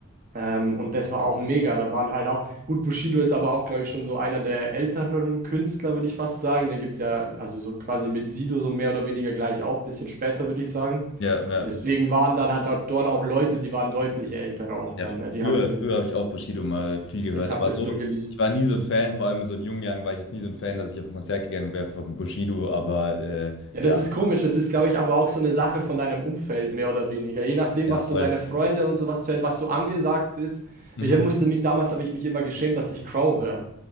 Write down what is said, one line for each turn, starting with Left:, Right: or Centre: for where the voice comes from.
Right: Ähm, und das war auch mega. Da waren halt auch, gut, Bushido ist aber auch, glaube ich, schon so einer der älteren Künstler, würde ich fast sagen. Den gibt es ja, also so quasi mit Sido so mehr oder weniger gleich auf, bisschen später, würde ich sagen.
Left: ja, ja.
Right: Und deswegen waren dann halt auch dort auch Leute, die waren deutlich älter auch dann.
Left: Ja, fr-
Right: Ne? Die
Left: früher,
Right: haben den,
Left: früher habe ich auch Bushido mal viel gehört,
Right: ich habe
Left: aber
Right: das
Left: so,
Right: so geliebt.
Left: ich war nie so ein Fan, vor allem so in jungen Jahren war ich jetzt nie so ein Fan, dass ich auf ein Konzert gegangen wäre von Bushido, aber äh,
Right: Ja,
Left: ja,
Right: das ist komisch. Das ist, glaube ich, aber auch so eine Sache von deinem Umfeld, mehr oder weniger. Je nachdem,
Left: ja,
Right: was
Left: voll.
Right: so deine Freunde und sowas hören, was so angesagt ist.
Left: Mhm.
Right: Ich musste mich, damals habe ich mich immer geschämt, dass ich Crow höre